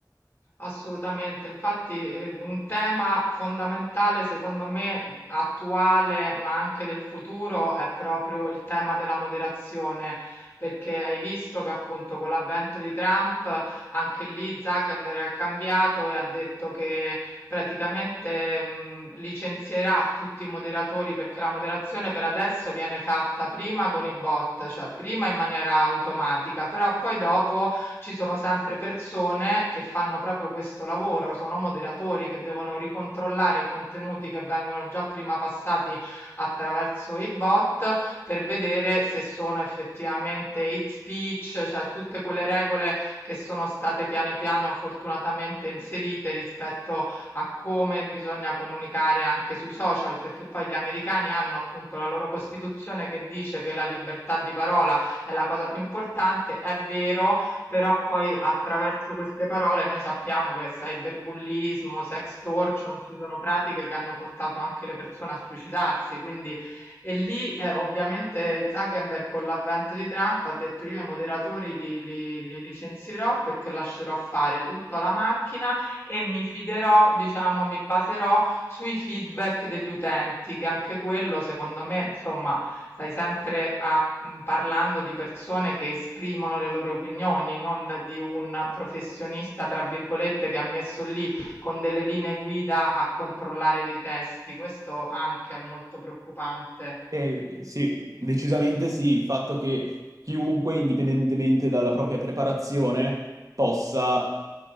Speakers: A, on the left; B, on the right.
A: Assolutamente, infatti eh, un tema fondamentale secondo me attuale ma anche del futuro è proprio il tema della moderazione, perché hai visto che appunto con l'avvento di Trump anche lì Zuckerberg ha cambiato e ha detto che praticamente mh, licenzierà tutti i moderatori perché la moderazione per adesso viene fatta prima con i bot, cioè prima in maniera automatica, però poi dopo ci sono sempre persone che fanno proprio questo lavoro, sono moderatori che devono ricontrollare i contenuti che vengono già prima passati attraverso i bot per vedere se sono effettivamente hate speech, cioè tutte quelle regole che sono state piano piano fortunatamente inserite rispetto a come bisogna comunicare anche sui social, perché poi gli americani hanno appunto la loro costituzione che dice che la libertà di parola è la cosa più importante, è vero, però poi attraverso queste parole noi sappiamo che cyberbullismo, sextortion, ci sono pratiche che hanno portato anche le persone a suicidarsi, quindi e lì eh, ovviamente Zuckerberg con l'avvento di Trump ha detto io i moderatori li, li- li licenzierò perché lascerò fare tutto alla macchina e mi fiderò, diciamo, mi baserò sui feedback degli utenti, che anche quello secondo me, insomma, sai sempre a mh, parlando di persone che esprimono le loro opinioni, non di un professionista, tra virgolette, che ha messo lì con delle linee guida a controllare dei testi. Questo anche è molto preoccupante.
B: Eh, sì, decisamente sì, il fatto che chiunque, indipendentemente dalla propria preparazione, possa